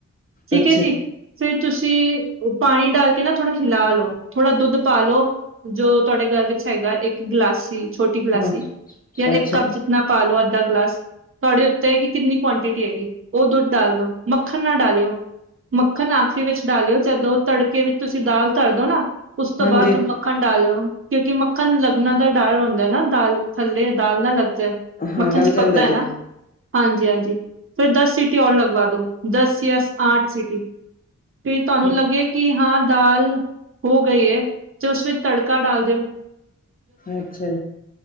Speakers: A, on the right (about 45°); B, on the left (about 30°).
A: ਠੀਕ
B: ਅੱਛਾ
A: ਏ ਜੀ ਫਿਰ ਤੁਸੀਂ ਪਾਣੀ ਡਾਲ ਕੇ ਨਾ ਥੋੜ੍ਹਾ ਹਿਲਾ ਲੋ, ਥੋੜਾ ਦੁੱਧ ਪਾ ਲੋ ਜੋ ਤੁਹਾਡੇ ਘਰ ਵਿੱਚ ਹੈਗਾ, ਇੱਕ ਗਿਲਾਸੀ, ਛੋਟੀ ਗਿਲਾਸੀ
B: ਹਾਂ
A: ਯਾ
B: ਅੱਛਾ
A: ਇੱਕ ਕੱਪ ਜਿ ਨਾ ਪਾ ਲਓ ਅੱਧਾ ਗਲਾਸ, ਤੁਹਾਡੇ ਉੱਤੇ ਆ ਕਿ ਕਿੰਨੀ ਕੁਆਂਟਿਟੀ ਹੈਗੀ ਉਹ ਦੁੱਧ ਦਾਲ ਦੋ ਮੱਖ ਮੱਖਣ ਨਾ ਡਾਲਿਓ, ਮੱਖਣ ਆਖਰੀ ਵਿੱਚ ਡਾਲਿਓ ਜਦੋਂ ਤੜਕੇ ਵਿੱਚ ਤੁਸੀਂ ਦਾਲ ਧਰਦੋ ਨਾ! ਉਸ ਤੋਂ
B: ਹਾਂਜੀ
A: ਬਾਅਦ ਮੱਖਣ ਡਾਲਿਓ ਕਿਉਂਕਿ ਮੱਖਣ ਲੱਗਣਾ ਦਾ ਡਰ ਹੁੰਦਾ ਨਾ ਦਾਲ ਥੱਲੇ ਦਾਲ ਨਾ ਲੱਗ ਜਾਏ।
B: ਹਾਂ
A: ਮੱਖਣ
B: ਲੱਗ
A: ਚ
B: ਜਾਂਦਾ
A: ਪਕਦਾ ਹੈ
B: ਜੀ
A: ਨਾ। ਹਾਂਜੀ! ਹਾਂਜੀ! ਫਿਰ ਦਸ ਸਿਟੀ ਔਰ ਲਗਵਾ ਦੋ ਦਸ ਜਾਂ ਆਠ ਸੀਟੀ। ਤੇ ਤੁਹਾਨੂੰ
B: ਠੀਕ
A: ਲੱਗਦੀ ਕਿ ਹਾਂ ਦਾਲ, ਹੋ ਗਈ ਏ, ਤੇ ਉਸ ਵਿੱਚ ਤੜਕਾ ਡਾਲ ਦੇਓ।
B: ਅੱਛਾ,